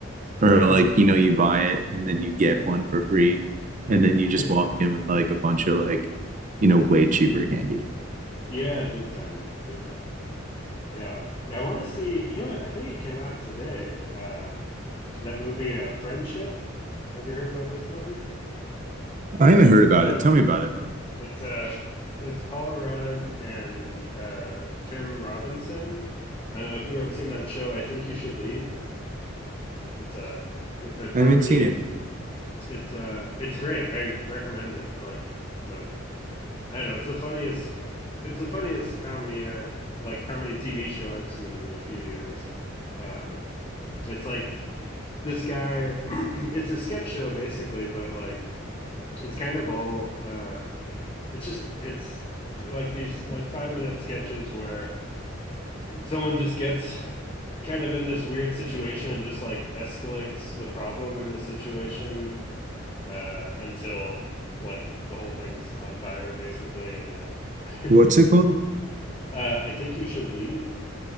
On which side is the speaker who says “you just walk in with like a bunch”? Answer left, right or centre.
Right